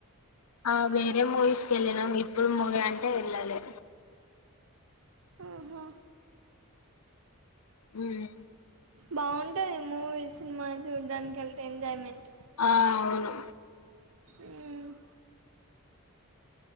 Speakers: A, on the left; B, on the right.
A: ఆ వేరే మూవీస్కి వెళ్ళినం. ఇప్పుడు మూవీ అంటే ఎళ్ళలె.
B: ఓహో
A: ఉమ్
B: బాగుంటది మూవీ సినిమా చూడ్డానికి వెళ్తే ఎంజాయ్మెంట్
A: ఆ అవును
B: ఉమ్